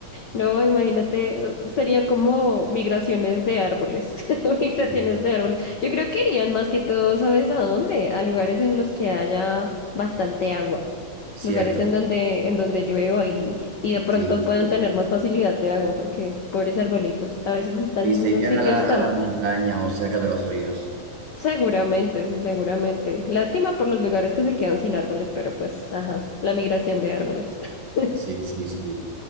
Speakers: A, on the left; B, on the right.
A: No, imagínate, sería como migraciones de árboles, <laughs> migraciones
B: Sí.
A: de árboles. Yo creo que irían más que todo, ¿sabes a dónde? A lugares en los que haya bastante agua,
B: Cierto,
A: lugares en donde, en donde llueva y, y de pronto
B: sí,
A: puedan
B: sí.
A: tener más facilidad de agua, porque pobres arbolitos, a veces están
B: Sí,
A: en
B: se
A: unos
B: irían
A: sitios
B: a la,
A: tan
B: a la
A: feos.
B: montaña o cerca de los ríos.
A: Seguramente, sí, seguramente. Lástima por los lugares que se quedan sin árboles, pero pues, ajá, la migración de árboles. <laughs>
B: Sí, sí, sí.